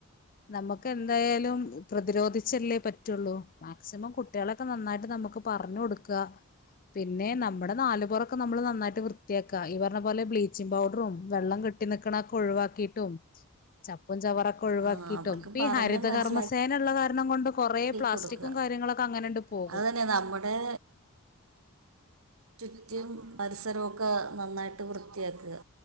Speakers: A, on the left (about 40°); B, on the right (about 65°).
A: നമുക്ക് എന്തായാലും പ്രതിരോധിച്ചല്ലേ പറ്റുള്ളൂ മാക്സിമം കുട്ടികളൊക്കെ നന്നായിട്ട് നമ്മ നമുക്ക് പറഞ്ഞ കൊടുക്ക പിന്നെ നമ്മുടെ നാലുപുറൊക്കെ നമ്മള് നന്നായിട്ട് വൃത്തിയാക്കുക ഈ പറഞ്ഞ പോലെ ബ്ലീച്ചിംഗ പൗഡറും വെള്ളം കെ കെട്ടി നിക്കണ ഒക്കെ ഒഴിവാക്കിട്ടും ചപ്പും ചവറൊക്കെ ഒഴിവാക്കിയിട്ടും
B: ആ അവർക്ക്
A: ഇപ്പ ഈ
B: പറഞ്ഞ്
A: ഹരിതകർമ്മസേന
B: മനസ്സിലാക്കി
A: ഉള്ള കാരണം കൊണ്ട് കൊറെ പ്ലാസ്റ്റിക്കും
B: കൊടുക്കുക
A: കാര്യങ്ങളൊക്കെ അങ്ങനെണ്ട് പോകും
B: അത് തന്നെ നമ്മുടെ ചുറ്റിയും പരിസരംഒക്കെ നന്നായിട്ട് വൃത്തിയാക്കുക